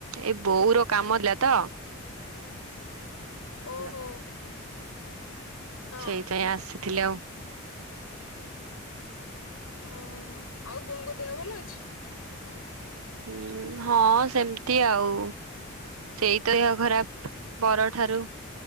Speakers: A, on the right; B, on the left.
A: ଏଇ ବୋଉର କାମ ଥିଲା ତ ହ୍ୟାଲୋ
B: ଓହୋ। ହଁ।
A: ସେଇଥିପାଇଁ ଆସିଥିଲି ଆଉ।
B: ହୁଁ ଆଉ ବୋଉଙ୍କ ଦେହ ଭଲ ଅଛି?
A: ହୁଁ ହଁ ସେମ୍ତି ଆଉ। ସେଇ ଦେହ ଖରାପ ପରଠାରୁ